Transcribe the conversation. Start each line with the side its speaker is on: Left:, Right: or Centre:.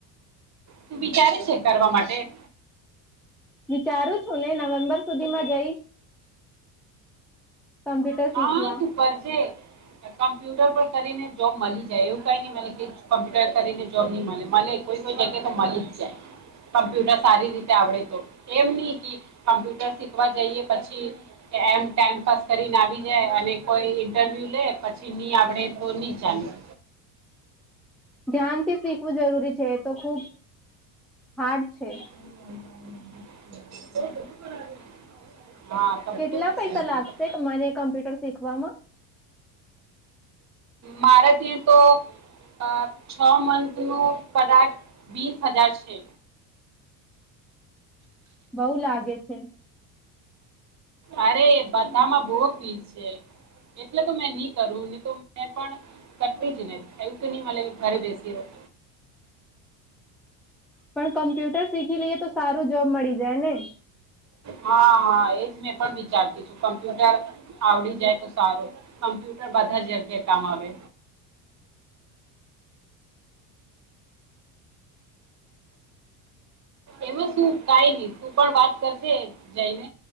Right: તું વિચારે છે, કરવા માટે?
Centre: વિચારું છું ને નવેમ્બર સુધીમાં જઈશ. કમ્પ્યુટર
Right: હા,
Centre: શીખવા
Right: તું કરજે ને કોમ્પ્યુ ટર પર કરીને જોબ મળી જાય એવું કઈ નહીં મલે કે કમ્પ્યુટર કરીને જોબ નહીં મલે મલે કોઈ તો જગે તો મલીજ જાય કમ્પ્યુટર સારી રીતે આવડે તો એમ નહી કી કમ્પ્યુટર શીખવા જઈએ પછી કે એમ ટાઈમપાસ કરીને આવી જાય અને કોઈ ઇન્ટરવ્યુ લે પછી ની આવડે તો નહી જાની
Centre: ધ્યાનથી શીખવું જરૂરી છે એ તો ખુબ હાર્ડ છે.
Right: <unintelligible> કમ્પ્યુટર
Centre: કેટલા પૈસા
Right: શીખવી
Centre: લાગશે કે મને કમ્પ્યુટર શીખવામાં?
Right: મારે થી તો અહ છો મંથનો કદાચ વીસ હજાર છે.
Centre: બઉ લાગે છે.
Right: અરે બધામાં બહુ ફીસ છે એટલે તો મેં નહી કરું ને તો મે પણ કરતી જ ને એવું તો નહીં મલે કે ઘરે બેસી રહું.
Centre: પણ કમ્પ્યુટર શીખી લઈએ તો સારું જોબ મળી જાય ને?
Right: હા હા એજ મેં પણ વિચારતી થી કમ્પ્યુટર આવડી જાય તો સારું. કમ્પ્યુટર બધા જ જગ્યા કામ આવે.
Centre: <unintelligible>
Right: એમાં શું કઈ નઈ તું પણ વાત કરજે જઈને